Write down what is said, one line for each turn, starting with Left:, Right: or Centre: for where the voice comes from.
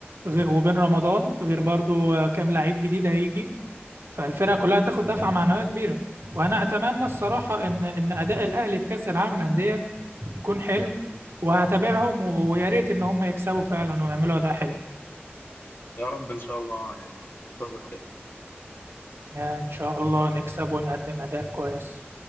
Right: غ- وبن رمضان غير برضو آه، كام لعيب جديد هيجي فالفرقة كلها هتاخد دفعة معنوية كبيرة وأنا أتمنى الصراحة إن إن أداء الأهلي في كأس العالم للأندية يكون حلو وهتابعهم و- ويا ريت إن هم يكسبوا فعلا ويعملوا أداء حلو
Left: يا رب ان شاء الله آه، يعني انتظر
Right: يعني إن شاء الله نكسب ونقدم أداء كويس